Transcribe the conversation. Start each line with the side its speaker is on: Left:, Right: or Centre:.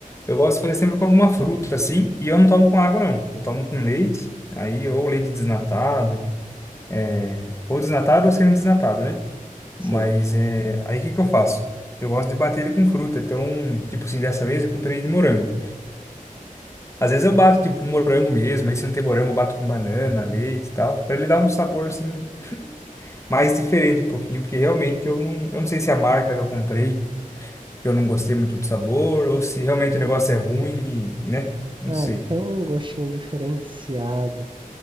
Left: eu gosto de fazer sempre com alguma fruta, assim. E eu não tomo com água, não. Eu tomo com leite. Aí, ou leite desnatado. É... Ou desnatado ou semi-desnatado, né? Mas
Right: Sim.
Left: é. Aí o que que eu faço? Eu gosto de bater ele com fruta. Então, tipo assim, dessa vez eu comprei de morango. Às vezes eu bato, tipo, com morango mesmo. Aí se não tem morango, eu bato com banana, leite e tal. Pra ele dar um sabor, assim, mais diferente um pouquinho. Porque realmente eu não, eu não sei se é a marca que eu comprei, que eu não gostei muito do sabor, ou se realmente o negócio é ruim, e, né? Não
Right: É,
Left: sei.
Right: ele tem um gostinho diferenciado.